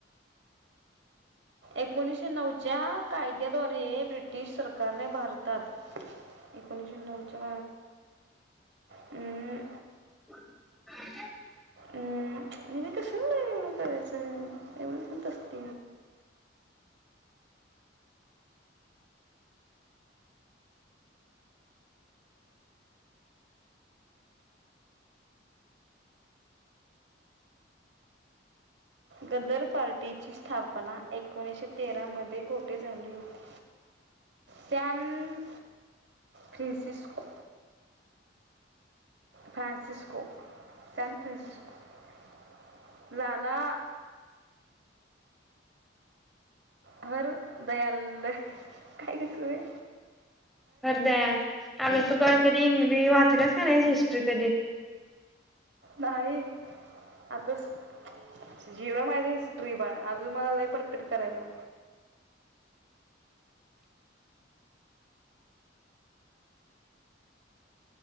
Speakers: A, on the right; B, in the centre.
A: एकोणीशे नऊच्या कायद्याद्वारे ब्रिटिश सरकारने भारतात, एकोणीशे नऊच्या अं
B: <unintelligible>
A: हम् ह्यांनी कशाला एवढं एवढं करायचंय? एवढं पण कष्ट गदर पार्टीची स्थापना एकोणीशे तेरा मध्ये कोठे झाली होती. San Francisco Francisco San Francisco Lala Har Dayal काय गं सुये
B: हरदयाल अगं, तू काय कधी इंग्लीश वाचल्यास कणय हिस्ट्री कधी
A: नाही अभ्यास झिरो माझी हिस्ट्री बाळा, अजून मला लय परफेक्ट करायचंय